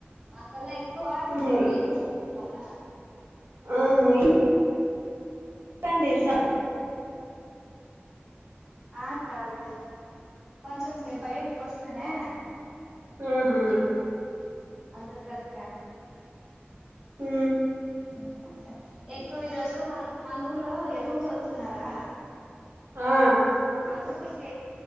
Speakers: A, on the right; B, on the right.
A: మాకలా ఎక్కువ ఇప్పుడు
B: ఉహు
A: ఎరువు తోలుతున్నార
B: ఆహా <unintelligible>
A: ఆ క అదే కొంచెం బయటకి వస్తి నా
B: ఆహా
A: అందుకక్క
B: హు
A: ఇంకా ఎక్కువ ఈ రోజు మన మన ఊర్లో ఎరువు తోలుతున్నారా
B: ఆ
A: అందుకు ఇంక